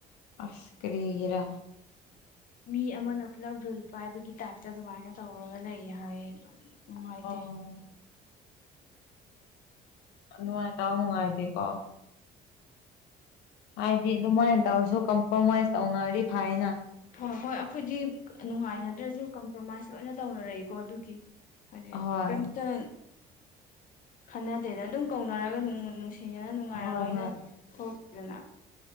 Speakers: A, on the left (about 80°); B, on the left (about 50°).
A: ꯑꯁ ꯀꯔꯤꯒꯔ
B: ꯃꯤ ꯑꯃꯅ ꯄꯨꯂꯞ ꯔꯨꯜ ꯄꯥꯏꯕꯒꯤ ꯇꯥꯏꯞꯇ ꯑꯗꯨꯃꯥꯏꯅ ꯇꯧꯔꯒ ꯂꯩ ꯍꯥꯏꯌꯦ ꯑꯗꯨꯝ ꯅꯨꯡꯉꯥꯏꯇꯦ
A: ꯑꯣ ꯅꯨꯡꯉꯥꯏꯇꯥꯎ ꯅꯨꯡꯉꯥꯏꯇꯦꯀꯣ ꯍꯥꯏꯗꯤ ꯑꯗꯨꯃꯥꯏꯅ ꯇꯧꯔꯁꯨ ꯀꯝꯄ꯭ꯔꯣꯃꯥꯏꯁ ꯇꯧꯅꯔꯤ ꯐꯥꯏꯅ
B: ꯍꯣꯏ ꯍꯣꯏ ꯑꯩꯈꯣꯏꯗꯤ ꯅꯨꯡꯉꯥꯏꯅꯗ꯭ꯔꯁꯨ ꯀꯝꯄ꯭ꯔꯣꯃꯥꯏꯁ ꯂꯣꯏꯅ ꯇꯧꯅꯔꯛꯏꯀꯣ ꯑꯗꯨꯒꯤ ꯍꯧꯖꯤ
A: ꯑꯍꯣꯏ
B: ꯀꯩꯇ ꯈꯟꯅꯗꯦꯗ ꯑꯗꯨꯝ ꯀꯧꯅꯔꯒ ꯑꯗꯨꯝ ꯅꯨꯡ ꯊꯤꯖꯅ ꯅꯨꯡꯉꯥꯏꯅ
A: ꯍꯣꯏ
B: ꯂꯣꯏꯅ
A: ꯍꯣꯏ
B: ꯊꯣꯛꯈꯤꯗꯅ